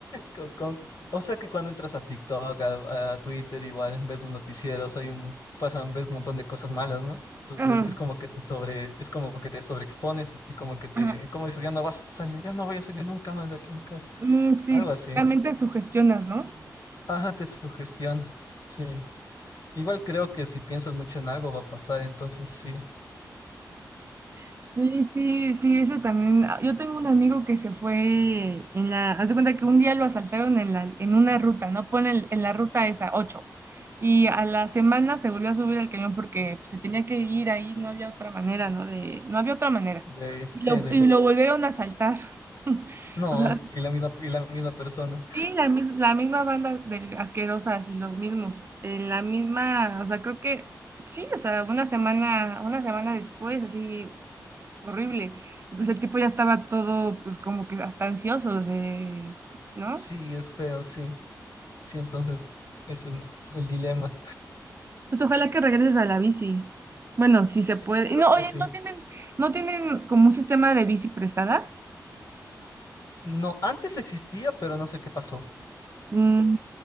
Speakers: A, on the left; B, on the right.
A: con- con- o sea que cuando entras a TikTok, a, a Twitter, igual ves los noticieros, hay un, pasan, ves un montón de cosas malas, ¿no? Entonces
B: Ajá,
A: es como que te sobre, es como que te sobreexpones y como que te,
B: ajá.
A: como dices, ya no vas a salir, ya no voy a salir nunca más de aquí en mi casa.
B: Mm, sí,
A: Algo así.
B: también te sugestionas, ¿no?
A: Ajá, te sugestionas. Sí. Igual creo que si piensas mucho en algo va a pasar, entonces sí.
B: Sí, sí, sí, eso también. Ah, Yo tengo un amigo que se fue en la, haz de cuenta que un día lo asaltaron en la, en una ruta, ¿no? Pone el- en la ruta esa, ocho Y a la semana se volvió a subir al camión porque pues, se tenía que ir ahí, no había otra manera, ¿no? De, no había otra manera.
A: De, ahí,
B: Y
A: sí,
B: lo,
A: de, ahí.
B: y lo volvieron a asaltar. <laughs>
A: no,
B: O sea,
A: y la misma, y la misma persona.
B: Sí, la, mis- la misma banda de asquerosas y los mismos, en la misma, o sea, creo que sí, o sea, una semana, una semana después, así horrible, y pues el tipo ya estaba todo, pues como que hasta ansioso de, ¿no?
A: Sí, es feo, sí. Sí, entonces ese es el dilema.
B: Pues ojalá que regreses a la bici. Bueno, si se
A: Sí,
B: puede.
A: creo
B: Y no,
A: que
B: oye,
A: sí.
B: no tienen, no tienen como un sistema de bici prestada.
A: No, antes existía, pero no sé qué pasó.
B: Mm,